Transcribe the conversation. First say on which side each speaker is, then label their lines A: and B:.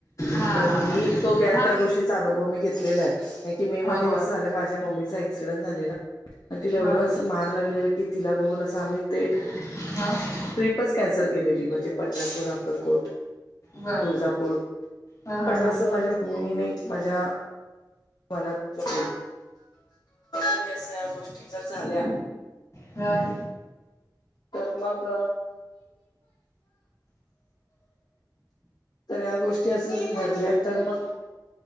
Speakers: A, on the left (about 45°); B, on the left (about 60°).
A: हा हा
B: तर मी
A: हा ते
B: तो घ्या
A: हा
B: त्या
A: ते
B: गोष्टी. त्याचा अनुभव मी घेतला आहे मे महिन्यामध्ये
A: हो
B: कसं
A: होय
B: झालं मम्मीचा एक्सीडेंट झालेला. आणि तिला एवढ
A: बर
B: असं मार लागलेला की, तिला बघून असं आम्ही ते.
A: हा.
B: ट्रिपच कॅन्सल केलेली म्हणजे, पंढरपूर अक्कलकोट.
A: बर
B: तुळजापूर
A: हा हा
B: पण
A: हा
B: असं माझे. मी नाही माझ्या मनातच्या. कधी असं या गोष्टी जर झाल्या.
A: ह..
B: तर मग, तर ह्या गोष्टी असंच घडल्या तर मग.